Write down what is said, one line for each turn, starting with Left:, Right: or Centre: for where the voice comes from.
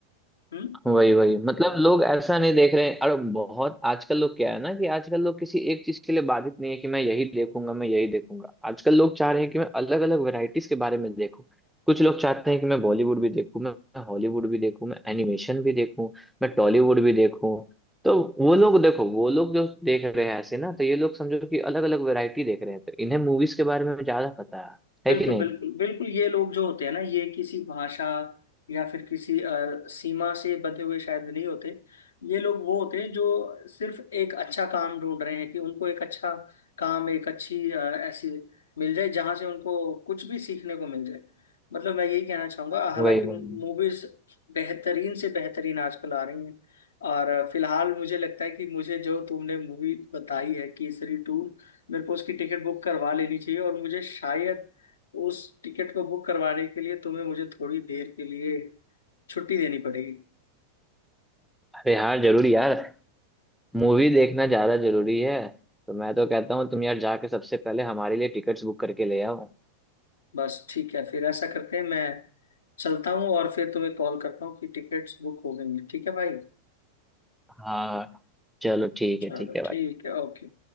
Left: हम्म
Centre: वही वही मतलब लोग ऐसा नहीं देख रहे हैं अरे बहुत आजकल लोग क्या है ना कि आजकल लोग किसी एक चीज के लिए बाधित नहीं है कि मैं यही देखूंगा मैं यही देखूंगा आजकल लोग चाह रहे हैं कि मैं अलग अलग वैरायटीज के बारे में देखूं कुछ लोग चाहते हैं कि मैं बॉलीवुड भी देखूं मैं हॉलीवुड भी देखूं मैं एनिमेशन भी देखूं मैं टॉलीवुड भी देखूं तो वो लोग देखो वो लोग जो देख रहे हैं ऐसे ना तो ये लोग समझो कि अलग अलग वैरायटी देख रहे हैं तो इन्हें मूवीज के बारे में ज्यादा पता है है
Left: बिल्कुल
Centre: कि नहीं
Left: बिल्कुल बिल्कुल ये लोग जो होते हैं ना ये किसी भाषा या फिर किसी अ, सीमा से बंधे हुए शायद नहीं होते ये लोग वो होते हैं जो सिर्फ एक अच्छा काम ढूंढ रहे हैं कि उनको एक अच्छा काम एक अच्छी अ, ऐसी मिल जाए जहां से उनको कुछ भी सीखने को मिल जाए मतलब मैं यही कहना चाहूंगा हालांकि
Centre: वही
Left: मूवीज
Centre: वही
Left: बेहतरीन से बेहतरीन आजकल आ रही हैं और अ, फिलहाल मुझे लगता है कि मुझे जो तुमने मूवी बताई है केसरी टू मेरे को उसकी टिकट बुक करवा लेनी चाहिए और मुझे शायद उस टिकट को बुक करवाने के लिए तुम्हें मुझे थोड़ी देर के लिए छुट्टी देनी पड़ेगी
Centre: अरे हाँ जरूर यार मूवी देखना ज्यादा जरूरी है तो मैं तो कहता हूँ तुम यार जाके सबसे पहले हमारे लिए टिकट्स बुक करके ले आओ
Left: बस ठीक है फिर ऐसा करते हैं मैं चलता हूँ और फिर तुम्हें कॉल करता हूँ कि टिकट्स बुक हो गई हैं ठीक है भाई
Centre: हाँ चलो ठीक है
Left: चलो
Centre: ठीक है भाई
Left: ठीक है ओके